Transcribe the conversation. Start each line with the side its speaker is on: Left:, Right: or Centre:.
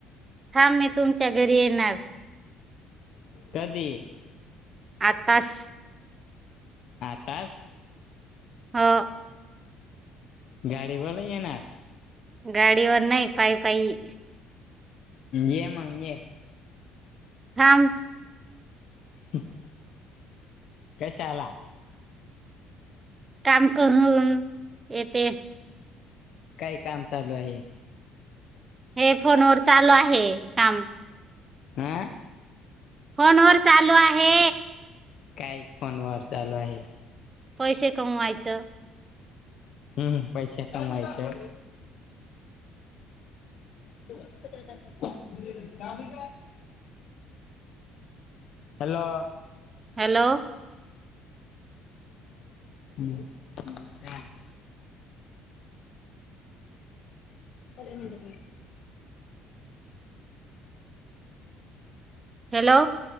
Right: थांब मी तुमच्या घरी येणार.
Left: कधी?
Right: आतास.
Left: आताच
Right: हो
Left: गाडीवाला येणार
Right: गाडीवर नाही पाय पाय.
Left: ये मग ये.
Right: हम.
Left: <inaudible> कशाला?
Right: काम करून येते.
Left: काय काम चालू आहे?
Right: हे फोन वर चालू आहे काम.
Left: हां
Right: फोन वर चालू आहे.
Left: काय फोन वर चालू आहे?
Right: पैसे कमवायचं.
Left: हम्म पैसा कमायचे. <inaudible> हॅलो
Right: हॅलो
Left: <inaudible> पंधरा मिनिट बोल.
Right: हॅलो